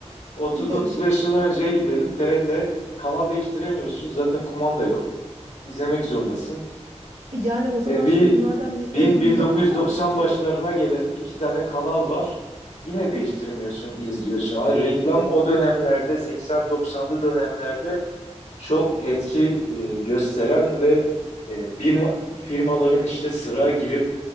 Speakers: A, on the right; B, on the left.
A: <laughs>
B: 30-35
A: Gidelim.
B: yıl önceye gidelim. TRT kanal değiştiremiyorsun. Zaten kumanda yok. İzlemek zorundasın.
A: Yani o zaman
B: E, bir
A: şimdi madem ni-
B: bin-
A: öyle
B: 1990
A: niye bu kadar bütçe?
B: başlarına gelelim. İki tane kanal var. Yine değiştirmiyorsun, izliyorsun. Hani reklam o dönemlerde 80-90'lı dönemlerde çok etki e, gösteren ve e, bir ma- firmaların işte sıraya girip